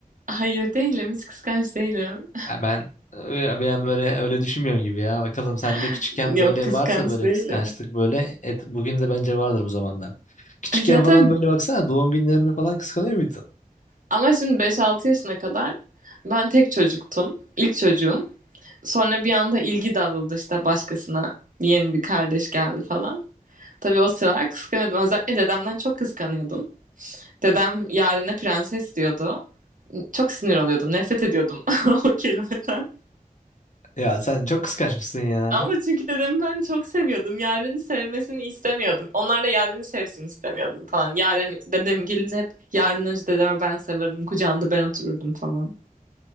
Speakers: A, on the right; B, on the left.
A: Hayır değilim. Hiç kıskanç değilim.
B: Ya ben ya ben böyle öyle düşünmüyorum gibi ya. Bakalım sende
A: <laughs>
B: küçükken
A: Yok
B: böyle
A: kıskanç
B: varsa böyle
A: değilim.
B: kıskançlık böyle et, bugün de bence vardır bu zamanlar. Küçükken
A: Ya tabii
B: falan böyle baksana doğum günlerinde falan kıskanıyor muydun?
A: ama şimdi beş altı yaşına kadar ben tek çocuktum. İlk çocuğum. Sonra bir anda ilgi dağıldı işte başkasına yeni bir kardeş geldi falan. Tabii o sıralar kıskanıyordum. Özellikle dedemden çok kıskanıyordum. Dedem Yaren'e prenses diyordu. Çok sinir oluyordum. Nefret ediyordum <laughs> o kelimeden.
B: Ya sen çok kıskanç mısın ya?
A: Ama çünkü dedemi ben çok seviyordum. Yaren'i sevmesini istemiyordum. Onlar da Yaren'i sevsin istemiyordum falan. Yaren dedem gelince hep Yaren önce dedeme ben sarılırdım. Kucağında ben otururdum falan.